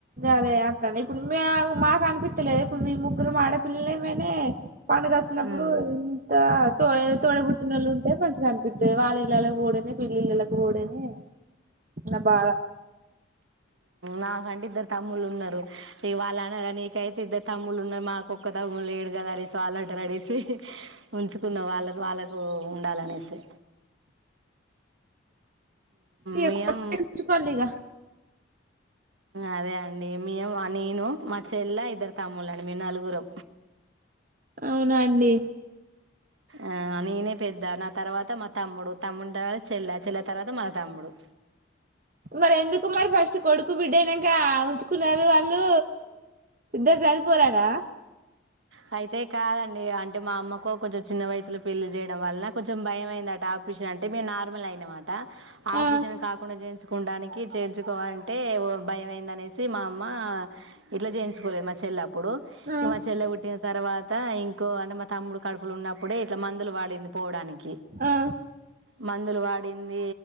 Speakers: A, on the right; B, on the right.
A: అదే అతను ఇప్పుడు మ మాకు అనిపించలేదు ఇప్పుడు మీ ముగ్గురు మా ఆడపిల్లని మేనే పండుగ వస్తుినప్పుడు
B: మ్మ్
A: ఇంత తో తోడబుట్టినళ్ళు ఉంటే మంచిగా కనిపిస్తుంది వాగాలే వోడేనే పిల్లిలకు కూడానే నా బాగా
B: నాకంటే ఇద్దరు తమ్ముళ్లు ఉన్నారు ఇ వాళ్ళ అనార నీకైతే ఇద్దరు తమ్ములు ఉన్నారు మాకు ఒక్క తము లేడు కద అడిసి వాళ్ళడ అడిసి ఉంచుకున్న వాళ్ళ వాళ్ళకు ఉండాలినేసి
A: ఇక
B: మేం
A: కొ ఉంచుకోవాలిగ
B: అదే అండి మేము నేను మా చెల్ల ఇద్దరు తమ్ముళ్ళ అండి మీ నలుగురు
A: అవునాండి
B: ఆ నేనే పెద్ద నా తర్వాత మా తమ్ముడు తమ్ముడి తర్వాత చెల్లె చెల్ల తర్వాత మా తమ్ముడు
A: మరి ఎందుకు మరి ఫస్ట్ కొడుకు బిడ్డ అనాక ఉంచుకున్నారు వాళ్ళు ఇద్ద సరిపోరానా
B: అ అయితే కాదండి అంటే మా అమ్మకు కొంచెం చిన్న వయసులో పెళ్లి చేయడం వలన కొంచెం భయంమైందట ఆపించిన అ నార్ల్ అం
A: ఆ
B: చేుకుడానికి చేర్ంచుకోవాలంటే భయ అయిందనేసి మా అమ్మ ఇట్లా చేయించు మచ్చెలా అప్పుడు
A: ఆ
B: ఈ మచెల్ ఉుట్టి తర్వాత ఇంకో అంటే మా తమ్ముడు కడుపులు ఉన్నప్పుడే ఇట్లా మందులు వాడింది పోవడానికి
A: ఉమ్
B: మందులు వాడింది